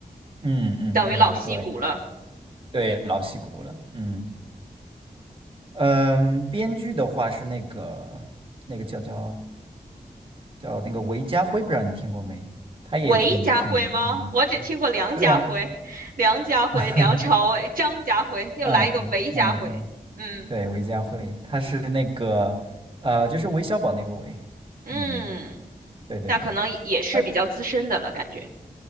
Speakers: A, on the right; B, on the right.
A: 嗯嗯嗯，
B: 等于老戏骨了。
A: 对对，老戏骨了。嗯嗯，编剧的话是那个那个叫叫叫那个韦家辉，不知道你听过没？他也挺挺嗯，
B: 韦家辉吗？我只听过梁家辉、
A: 对呀、
B: 梁家辉、
A: <laughs>
B: 梁朝伟、张家辉，又来一个韦家辉。
A: 嗯嗯嗯嗯，
B: 嗯
A: 对，韦家辉，他是那个，
B: 嗯
A: 呃，就是韦小宝那个韦，
B: 嗯，
A: 嗯，对对对，
B: 那可能也是比较资深的了，
A: 他
B: 感觉。